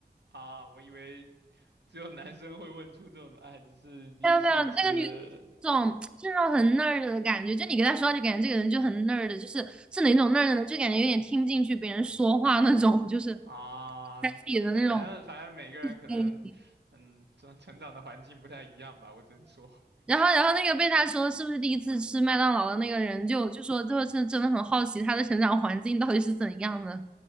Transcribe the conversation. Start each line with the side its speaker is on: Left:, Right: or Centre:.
Right: 啊，我以为只有男生会问出这种什么哎，你是第一次吃
Centre: 没有没有，那个女这种就是那种很 nerd 的感觉，就你跟她说话就感觉这个人就很 nerd，就是是哪种 nerd 呢？就感觉有点听不进去别人说话那种，就是
Right: 啊？
Centre: 他自己的那种。
Right: 对，反正反正每个人可能，
Centre: 嗯，
Right: 嗯，成成长的环境不太一样吧，我只能说
Centre: 然后然后那个被他说是不是第一次吃麦当劳的那个人就就说，就是真的很好奇他的成长环境到底是怎样的。